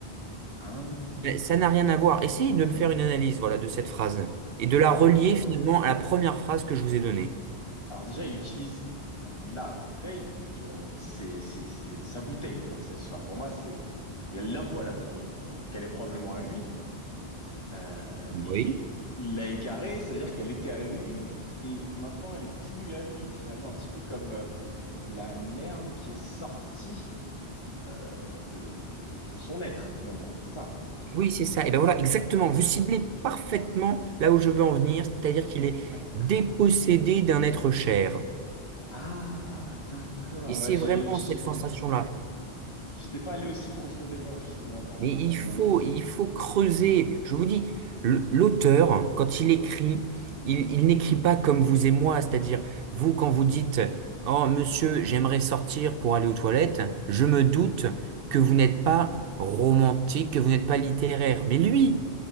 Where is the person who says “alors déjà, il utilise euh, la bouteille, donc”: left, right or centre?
Left